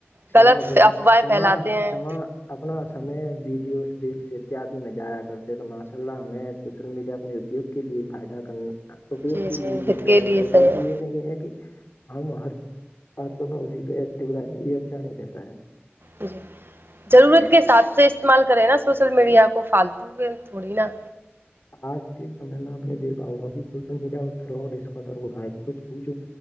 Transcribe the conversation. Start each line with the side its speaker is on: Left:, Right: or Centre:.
Left: سے
Right: غلط
Left: و
Right: افواہیں
Left: سما
Right: پھیلاتے ہیں
Left: سما اپنا سے ویڈیوز ریلس اتیادی میں جایا کرتے ہیں تو ماشاء اللہ ہمیں سوشل میڈیا اپنے اپیوگ کے لیے فائدہ کر اپیوگ
Right: جی
Left: کے لیے
Right: جی
Left: یوز
Right: ہت
Left: کرنی
Right: کے لیے
Left: چاہیے بلکہ
Right: صحیح ہے
Left: یہ نہیں ہے کہ ہم ہر ہر سب اسی پہ ایکٹو رہے یہ اچھا نہیں کہتا ہے
Right: جی ضرورت
Left: جی
Right: کے حساب سے استعمال کرے نا سوشل میڈیا کو فالتو کے تھوڑی نا
Left: آج کے سمے نہ آپ نے دیکھا ہوا سوشل میڈیا پہ فراڈ اس کار ہو رہا ہے کچھ پوھ